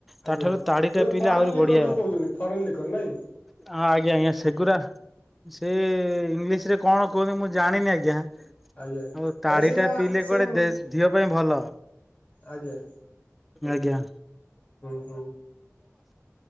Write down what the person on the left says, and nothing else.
ଆଜ୍ଞା
ଏ
ଫରେନ୍
ଲିକର
ଯେ କହୁଛନ୍ତି ଫରେନ୍ ଲିକର ନାଇଁ କି?
ଆଜ୍ଞା।
ନାଇଁ ସେଇଟା
ସେଇ
ଆଜ୍ଞା
ହୁଁ ହୁଁ